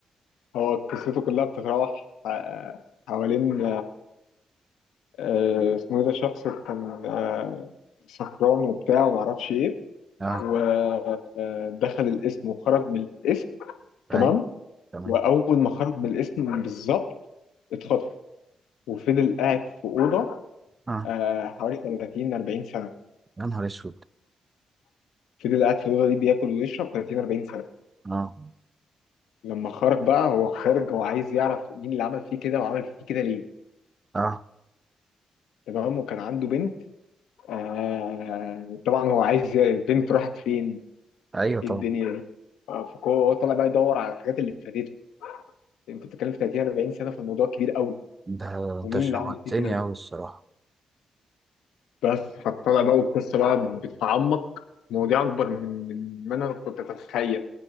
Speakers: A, on the left (about 85°); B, on the right (about 35°).
A: هو قصته كلها بتتراوح آه، حوالين آه، اسمه ايه ده شخص كان آه، سكران وبتاع وما اعرفش ايه
B: آه
A: ودخل الاسم وخرج من الاسم
B: أيوه
A: تمام
B: تمام
A: واول ما خرج من الاسم بالظبط اتخطف وفضل قاعد في اوضه
B: آه
A: آه، حوالي 30 40 سنه
B: يا نهار اسود
A: فضل قاعد في الأوضة دي بياكل ويشرب 30 40 سنة
B: اه
A: لما خرج بقى هو خارج هو عايز يعرف مين اللي عمل فيه كده وعمل فيه كده ليه
B: اه
A: تمام وكان عنده بنت آه طبعا هو عايز ي- البنت راحت فين
B: ايوه طبعا
A: ايه الدنيا دي آه، فهو هو طالع بقى يدور على الحاجات اللي فاتته انت بتتكلم في 30 40 سنة فالموضوع كبير قوي
B: ده
A: ومين
B: انت شوقتني
A: اللي عمل فيه كده
B: اوي الصراحه
A: بس فطلع بقى والقصة بقى بتتعمق في مواضيع أكبر من من ما أنا كنت أتخيل